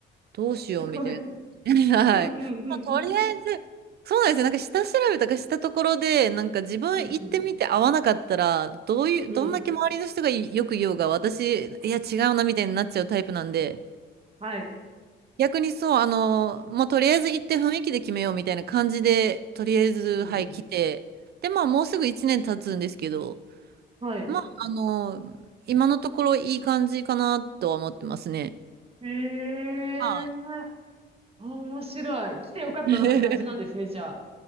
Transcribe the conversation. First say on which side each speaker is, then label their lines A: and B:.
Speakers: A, on the right (about 55°); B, on the right (about 30°).
A: どうしようみたいな。
B: すごい。
A: <laughs> はい。
B: うん、うん、うん、
A: まあとりあえず、
B: うん、
A: そうなんですよ。なんか下調べとかしたところで、なんか自分行ってみて合わなかったら、
B: うん、うん。
A: どういう、
B: うん
A: どんだけ周りの人がよく言おうが、私、いや違うなみたいになっちゃうタイプなんで、
B: はい。
A: 逆にそう、あの、もうとりあえず行って雰囲気で決めようみたいな感じで、とりあえず、
B: うん、
A: はい、
B: うん。
A: 来て、で、まあ、もうすぐ1年経つんですけど、
B: はい。
A: まあ、あの、今のところいい感じかなとは思ってますね。
B: ええー。
A: は
B: あ、面白い。来てよかったなって感じなんですね、
A: い。<laughs>
B: じゃあ。